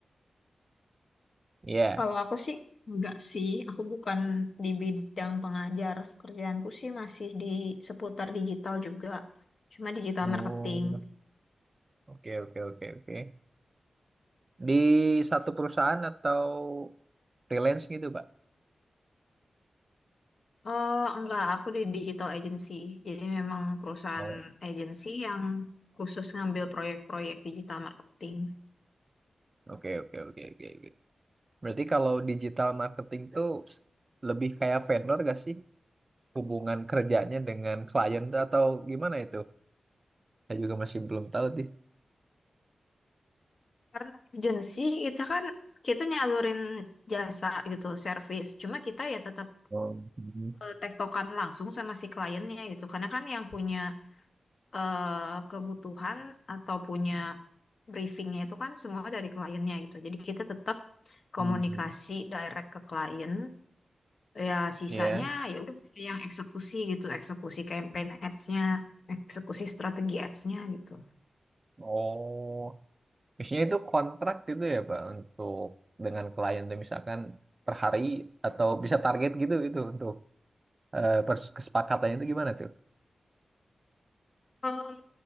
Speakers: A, on the right (about 35°); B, on the left (about 55°).
A: Ya.
B: Kalau aku sih enggak sih, aku bukan di bidang pengajar. Kerjaanku sih masih di seputar digital juga, cuma digital
A: Oh,
B: marketing.
A: oke oke oke oke. Di satu perusahaan atau freelance gitu, Pak?
B: Oh, enggak, aku di digital agency. Jadi memang perusahaan
A: Oh.
B: agency yang khusus ngambil proyek-proyek digital marketing.
A: Oke, oke, oke, oke. oke. Berarti kalau digital marketing tuh lebih kayak vendor gak sih? Hubungan kerjanya dengan klien atau gimana itu? Saya juga masih belum tahu sih.
B: Karena agency kita kan kita nyalurin jasa gitu, service. Cuma kita ya tetap
A: Oh, hmm,
B: eh, tektokan langsung sama si kliennya gitu. Karena kan yang punya eh, kebutuhan atau punya briefingnya itu kan semua dari kliennya gitu. Jadi kita tetap komunikasi
A: hmm.
B: direct ke klien ya sisanya
A: Ya.
B: ya udah kita yang eksekusi gitu eksekusi campaign ads-nya eksekusi strategi ads-nya gitu
A: Oh, misalnya itu kontrak gitu ya, Pak, untuk dengan klien tuh misalkan per hari atau bisa target gitu itu untuk eh, pers- kesepakatannya itu gimana tuh?
B: Em,